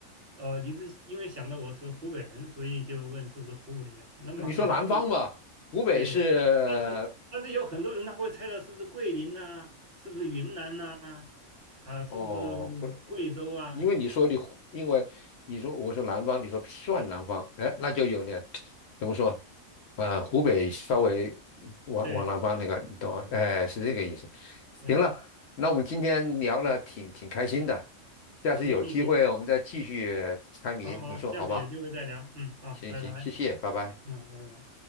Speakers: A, on the right; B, on the left.
A: 呃，你是因为想到我是湖北人，所以就问是不是湖北人？那马马上你
B: 你说南方吧，湖北是
A: 对，但是但是有很多人他会猜到是不是桂林呐、是不是云南呐、啊，是不是
B: 哦，不
A: 贵州啊？
B: 因为你说你，因为你说我说南方，你说算南方，哎，那就有点怎么说？啊、湖北稍微往往南方那个，
A: 对
B: 你懂啊？哎，是这个意思。
A: 对，
B: 行了，那我们今天聊了挺挺开心的，下次有机会我们再继续猜谜，
A: 行行行。好好，
B: 你说好吧？
A: 下次有机会再聊。嗯，好，
B: 行行，
A: 拜拜。
B: 谢谢，拜拜。
A: 嗯，拜拜。